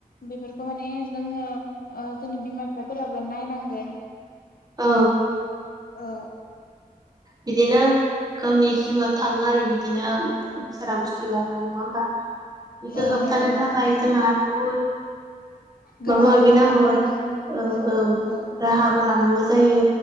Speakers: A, on the left (about 80°); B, on the right (about 25°).
A: बेफोर बेखौ माने जोङो ओं जोंनि बिमा बिफाफोराबो नायनांगोन।
B: औ।
A: औ।
B: बिदिनो गावनि जिउआ थाङो आरो बिदिनो सारा बुस्थु बुस्थु लाबा नङा होमबा बेखौ
A: औ
B: होबथानो
A: नंगौ नोंथां
B: थाखाय जोंहा बहुद
A: गोबां
B: माबा माबि
A: राहा
B: नांगौ
A: लानो
B: आरो
A: गोनां
B: ओं
A: औ
B: ओं
A: औ
B: राहाबो लानांगौ जायो।